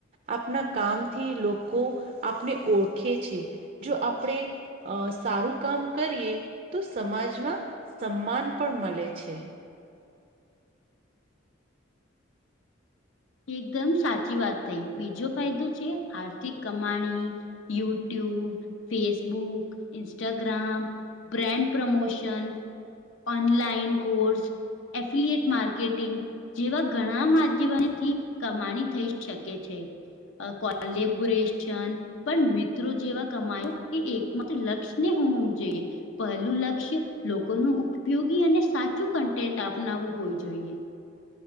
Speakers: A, on the right; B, on the left.
A: આપના કામથી લોકો આપને ઓળખે છે. જો આપણે <unintelligible> સારું કામ કરીએ તો સમાજમાં સન્માન પણ મળે છે.
B: એકદમ સાચી વાત થઈ બીજો ફાયદો છે, આર્થિક કમાણી. YouTube Facebook Instagram. Brand promotion online course. Affiliate marketing જેવા ઘણા માધ્યમ <unintelligible> થી કમાણી થઈ શકે છે, કોલબરેશન. પણ મિત્રો જેવા કમાયો એ એકમાત્ર લક્ષ્યને <unintelligible> જોઈએ. પહેલું લક્ષ્ય લોકોનું ઉપયોગી અને સાચું કન્ટેન્ટ અપનાવું હોય જોઈએ.